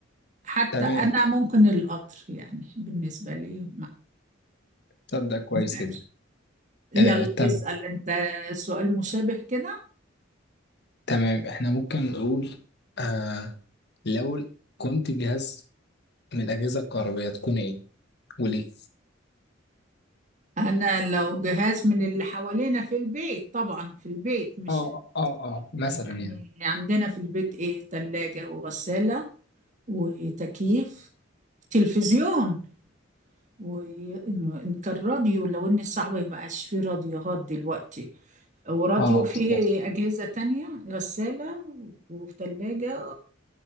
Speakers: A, on the right; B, on the left.
A: حتى
B: تمام
A: انا ممكن القطر يعني بالنسبة لي
B: طب ده كويس
A: معقول
B: جدا
A: يلا
B: آه تمام
A: اسأل انت سؤال مشابه كده
B: تمام احنا ممكن نقول آه لو كنت جهاز من الأجهزة الكهربائية تكون ايه وليه؟
A: انا لو جهاز من اللي حوالينا في البيت طبعا في البيت مش
B: اه
A: ال-
B: اه اه مثلا
A: يعني
B: يعني
A: عندنا في البيت ايه تلاجة وغسالة وتكييف تلفزيون وإن كان راديو لو إن صعب مبقاش فيه راديوهات دلوقتي وراديو
B: اه
A: فيه
B: بالظبط
A: أجهزة تانية غسالة وثلاجة